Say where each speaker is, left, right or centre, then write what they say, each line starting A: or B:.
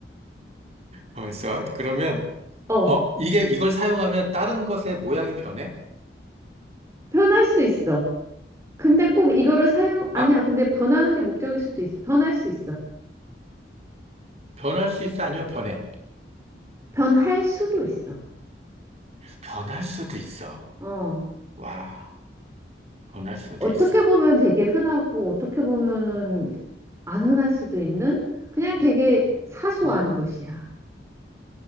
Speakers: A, on the right (about 35°); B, on the right (about 15°).
A: 어, 있어. 그러면,
B: <laughs> 어,
A: 어, 이게, 이걸 사용하면 다른 것의 모양이 변해?
B: 변할 수 있어. 근데 꼭 이거를 사용, 아니야.
A: 아,
B: 근데 변하는 게 목적일 수도 있어. 변할 수 있어.
A: 변할 수 있어? 아니면 변해?
B: 변할 수도 있어.
A: 변할 수도 있어.
B: 어,
A: 와, 변할 수도
B: 어떻게
A: 있어.
B: 보면 되게 흔하고, 어떻게 보면은 안 흔할 수도 있는? 그냥 되게 사소한
A: 응?
B: 것이야.